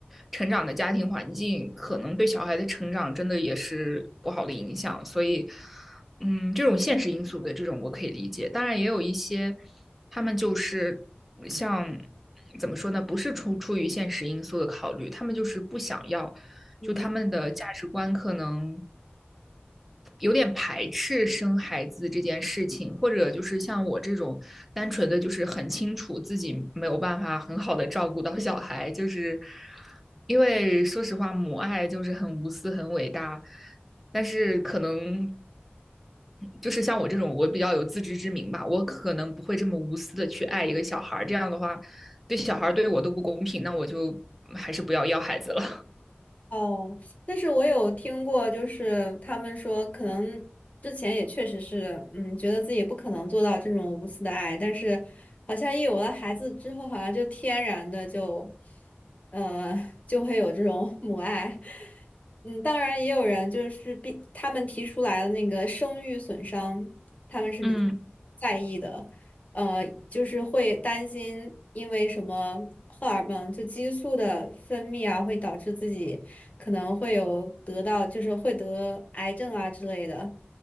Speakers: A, in the centre; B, on the left.
A: 成长的家庭环境，可能对小孩的成长真的也是不好的影响。所以，嗯，这种现实因素的这种我可以理解。当然，也有一些他们就是像怎么说呢，不是出出于现实因素的考虑，他们就是不想要，
B: 嗯。
A: 就他们的价值观可能有点排斥生孩子这件事情，或者就是像我这种单纯的，就是很清楚自己没有办法很好的照顾到小孩，就是因为说实话，母爱就是很无私、很伟大，但是可能就是像我这种，我比较有自知之明吧，我可能不会这么无私的去爱一个小孩这样的话对小孩对我都不公平，那我就还是不要要孩子了。
B: 哦，但是我有听过，就是他们说，可能之前也确实是，嗯，觉得自己不可能做到这种无私的爱，但是好像一有了孩子之后，好像就天然的就，呃，<laughs> 就会有这种 <laughs> 母爱。嗯，当然也有人就是比他们提出来的那个生育损伤，他们是比
A: 嗯
B: 在意的，呃，就是会担心因为什么荷尔蒙就激素的分泌啊，会导致自己。可能会有得到，就是会得癌症啊之类的，